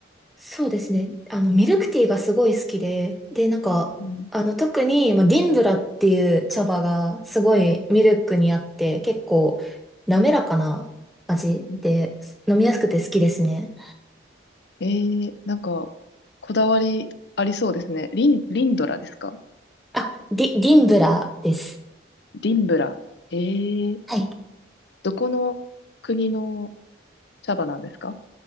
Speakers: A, in the centre; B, on the left.
A: そうですね。あの、ミルクティーがすごい好きで、で、なんか、
B: うん。
A: あの、特に、まあ、ディンブラっていう茶葉がすごいミルクにあって、結構滑らかな味で、
B: うん
A: 飲みやすくて好きですね。
B: ええなんか、こだわりありそうですね。リン、リンドラですか
A: あ、ディ、ディンブラです。
B: リンブラ。ええ
A: はい。
B: どこの国の茶葉なんですか